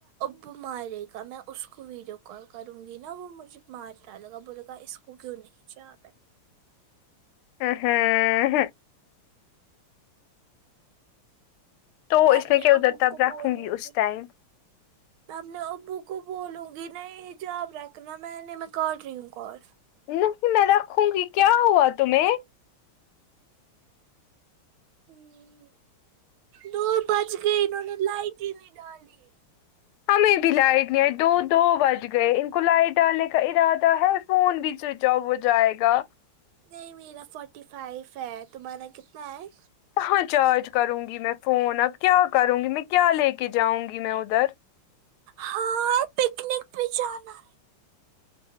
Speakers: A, on the right; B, on the left.
A: وہ مارے گا میں اس کو ویڈیو کال کروں گی نا وہ مجھے مارنے لگا بولے گا اس کو کیوں نہیں اچھا
B: ہاں ہاں ہاں تو اس
A: اپنے
B: میں کیا ادھر
A: ابو
B: تب
A: کو
B: رکھوں
A: بولوں
B: گی اس ٹائم
A: <inaudible> میں اپنے ابو کو بولوں گی نہیں جاب رکھنا میں نے میں کر رہی ہوں کال
B: نہیں میں رکھوں گی کیا ہوا تمہیں
A: ہوں دو بچ گئے انہوں نے لائٹ ہی نہیں ڈالی
B: ہمیں بھی لائٹ نہیں آئی دو دو بج گئے ان کو لائٹ ڈالنے کا ارادہ ہے فون بھی سوئچ آف ہو جائے گا
A: نہیں میرا فورٹی فائیف ہے تمہارا کتنا ہے
B: کہاں چارج کروں گی میں فون اب کیا کروں گی میں کیا لے کے جاؤں گی میں ادھر
A: ہاں پکنک بھی جانا